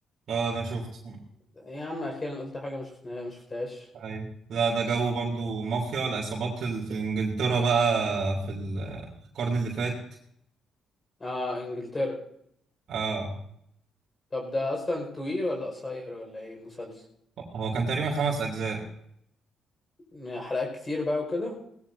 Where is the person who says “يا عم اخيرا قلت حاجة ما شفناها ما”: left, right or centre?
Left